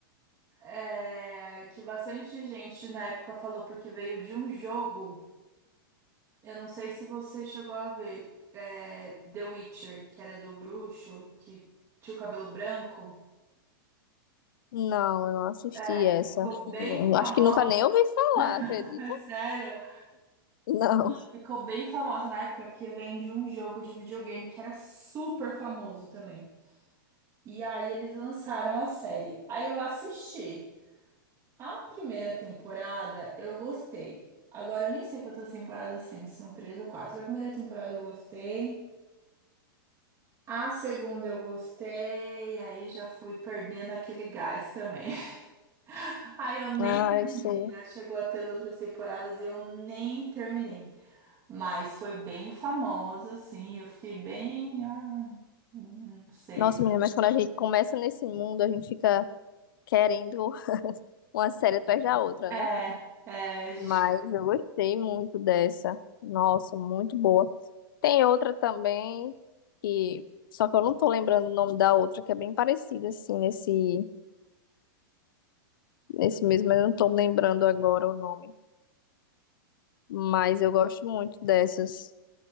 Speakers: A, on the right (about 25°); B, on the left (about 65°).
A: é, que bastante gente na época falou porque veio de um jogo. Eu não sei se você chegou a ver, é, The Witcher, que era do bruxo, que tinha o cabelo branco.
B: Não, eu não assisti
A: É, ficou
B: essa.
A: bem
B: Eu
A: famosa,
B: Acho que nunca nem ouvi falar, acredita?
A: <laughs> sério.
B: Não.
A: Ficou bem famosa na época porque vem de um jogo de videogame que era super famoso também. E aí eles lançaram a série. Aí eu assisti. A primeira temporada eu gostei. Agora eu nem sei quantas temporadas tem, se são três ou quatro. A primeira temporada eu gostei. A segunda eu gostei, aí já fui perdendo aquele gás também. <laughs> Aí eu nem
B: Ah,
A: terminei,
B: eu sei.
A: já chegou até as outras temporadas e eu nem terminei. Mas foi bem famosa, assim, eu fiquei bem. Ai, não sei.
B: Nossa, menina, mas quando a gente começa nesse mundo, a gente fica querendo uma série atrás da outra,
A: É,
B: né?
A: é, a gente
B: Mas
A: quer.
B: eu gostei muito dessa. Nossa, muito boa. Tem outra também que só que eu não tô lembrando o nome da outra que é bem parecida assim nesse nesse mesmo, mas eu não tô lembrando agora o nome. Mas eu gosto muito dessas,